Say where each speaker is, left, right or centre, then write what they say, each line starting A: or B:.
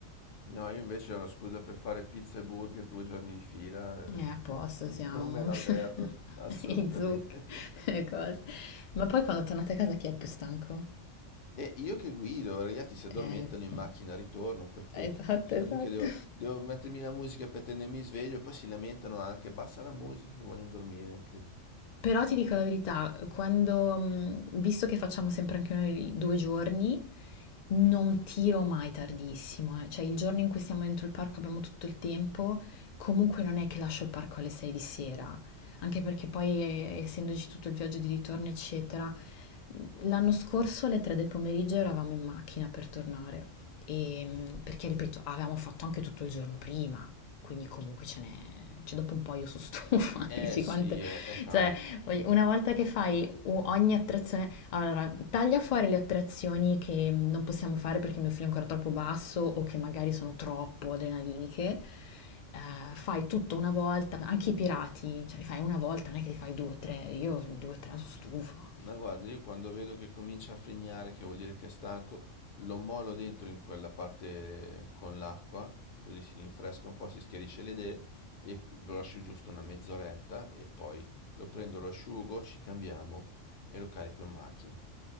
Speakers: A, on the left; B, on the left.
A: No, io invece ho una scusa per fare pizza e burger due giorni di fila,
B: E
A: eh,
B: a posto
A: <laughs> non
B: siamo,
A: me la
B: <laughs>
A: perdo assolutamente.
B: i zucchi, le cose. Ma poi quando tornate a casa chi è il più stanco?
A: E io che guido, ora gli altri si addormentano
B: Eh
A: in
B: sì,
A: macchina al ritorno, per cui
B: esatto,
A: sono
B: esatto.
A: lì che devo, devo mettermi la musica per tenermi sveglio, poi si lamentano anche, basta la musica che vogliono dormire, è incredibile.
B: Però ti dico la verità, quando, mh, visto che facciamo sempre anche noi due giorni, non tiro mai tardissimo, eh. Cioè il giorno in cui siamo dentro il parco abbiamo tutto il tempo, comunque non è che lascio il parco alle 6 di sera, anche perché poi eh, essendoci tutto il viaggio di ritorno, eccetera, mm, l'anno scorso alle 3 del pomeriggio eravamo in macchina per tornare, E, mh, perché ripeto, avevamo fatto anche tutto il giorno prima, quindi comunque ce n'è, cioè dopo un po' io sono stufa,
A: Eh
B: <laughs> dici
A: sì,
B: quante...
A: è, è tanto,
B: Cioè,
A: è
B: voglio-
A: tanto.
B: una volta che fai u- ogni attrazione, allora taglia fuori le attrazioni che mm, non possiamo fare perché il mio figlio è ancora troppo basso o che magari sono troppo adrenaliniche. Eh, fai tutto una volta, anche i pirati, cioè li fai una volta, non è che li fai due o tre, io due o tre sono stufa.
A: Ma guarda, io quando vedo che comincia a frignare, che vuol dire che è stanco, lo molo dentro in quella parte con l'acqua, così si rinfresca un po', si schiarisce le idee e lo lascio giusto una mezz'oretta e poi lo prendo, lo asciugo, ci cambiamo e lo carico in macchina.